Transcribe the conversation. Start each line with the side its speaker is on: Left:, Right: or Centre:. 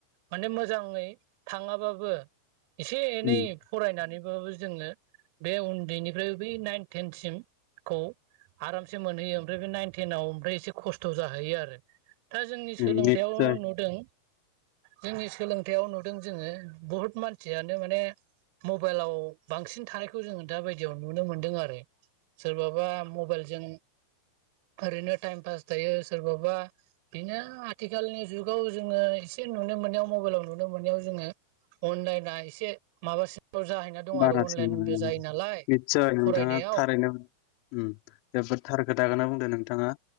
Right: माने मोजाङै थाङाबाबो एसे
Left: नोंथां
Right: एनै फरायनानैबाबो जोङो बे उन्दैनिफ्राय बै नाइन थेनसिमखौ आरामसे मोनहैयो ओमफ्राय बे नाइनटेनाव ओमफ्राय एसे खस्थ' जाहैयो आरो। दा जोंनि
Left: निस्सय
Right: सोलोंथायाव नुदों। जोंनि सोलोंथाययाव नुद दों जोङो बुहुत मानसियानो माने मबाइलाव बांसिन थानायखौ जोङो दा बायदियाव नुनो मोनदों आरो। सोरबाबा मबाइलजों
Left: <inaudible>
Right: ओरैनो टाइम पास थायो। सोरबाबा बिनो आथिखालनि जुगाव जोङो एसे नुनो नो मोनायाव मेलाव नुनो मोनायाव जोङो अनलाइन आ एसे माबा फोर जाहैना दं
Left: बारासिन
Right: आरो अनलाइनबो
Left: मोनो
Right: जायो नालाय
Left: निस्सय नोंथाङा
Right: फरायनायाव।
Left: थारैनो उम जोबोद थारखोथाखौनो बुंदों नोंथाङा।